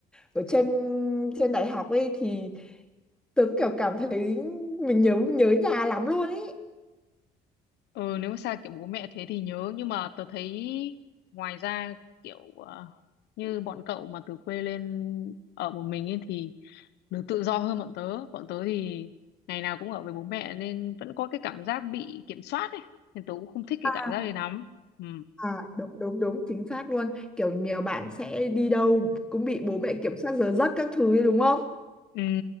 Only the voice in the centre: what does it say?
ở trên trên đại học ấy thì tớ kiểu cảm thấy mình nhớ nhớ nhà lắm luôn ấy.
Ờ.
À, đúng đúng đúng chính xác luôn kiểu nhiều bạn sẽ đi đâu cũng bị bố mẹ kiểm soát giờ giấc các thứ ấy, đúng không